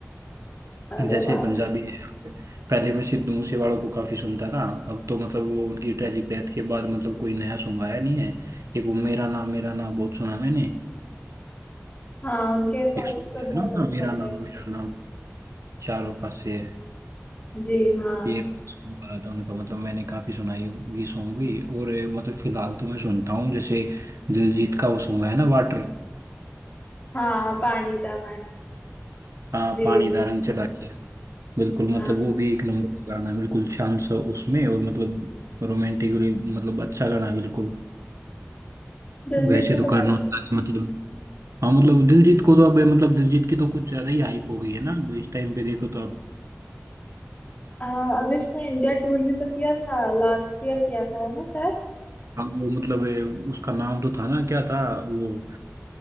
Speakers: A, on the left (about 30°); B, on the right (about 75°).
A: अरे
B: जैसे
A: वाह
B: पंजाबी है पहले मैं सिद्धू मूसेवाला को काफी सुनता था अब तो मतलब वो उनकी ट्रेजिक डेथ के बाद मतलब कोई नया सॉन्ग आया नहीं है एक वो मेरा नाम मेरा नाम बहुत सुना मैंने
A: हाँ उनके सॉन्ग्स
B: एक सॉन्ग
A: तो
B: आया
A: बहुत
B: था ना
A: अच्छे
B: हाँ, मेरा
A: थे
B: नाम मेरा नाम चारों पासे
A: जी हाँ
B: ये सॉन्ग आया था उनका मतलब मैंने काफी सुना ये ये सॉन्ग भी और ये मतलब फिलहाल तो मैं सुनता हूँ जैसे दिलजीत का वो सॉन्ग है ना वाटर
A: हाँ पानी दा पानी
B: हाँ
A: जी
B: पानी दा रंग चढ़ा के बिल्कुल मतलब
A: हाँ
B: वो भी एक नंबर का गाना है, बिल्कुल शांत सा उसमें और मतलब रोमांटिकली मतलब अच्छा गाना है बिल्कुल
A: दिलजीत
B: वैसे
A: के
B: तो
A: तो
B: करण
A: मैं भी-
B: औजला के मतलब हाँ मतलब दिलजीत को तो अब मतलब दिलजीत की तो कुछ ज्यादा ही हाइप हो गई है ना अब इस टाइम पे देखो तो अब
A: अ, अभी उसने इंडिया टूर भी तो किया था लास्ट ईयर किया था है ना शायद
B: अब वो मतलब ए, उसका नाम तो था ना क्या था वो